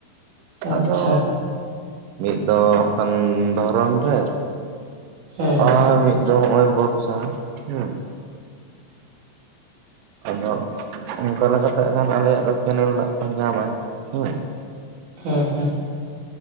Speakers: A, on the right; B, on the right.
A: ᱟᱪᱪᱷᱟ
B: ᱟᱫᱚ ᱢᱤᱫ ᱫᱚ ᱦᱟᱸᱜ ᱠᱷᱟᱱ ᱫᱷᱚᱨᱚᱱ ᱨᱮ,
A: ᱦᱮᱸ
B: ᱟᱨ ᱢᱤᱫ ᱫᱚ ᱱᱚᱜᱼᱚᱭ ᱵᱚᱨᱥᱟ ᱦᱩᱸ᱾ ᱟᱫᱚ ᱚᱱᱠᱟ ᱞᱮᱠᱟᱛᱮ ᱠᱷᱟᱱ ᱟᱞᱮᱭᱟᱜ ᱫᱚ ᱠᱮᱱᱮᱞ ᱫᱟᱜ ᱠᱚ ᱧᱟᱢᱟᱭ ᱦᱮᱸ᱾
A: ᱦᱮᱸ ᱦᱮᱸ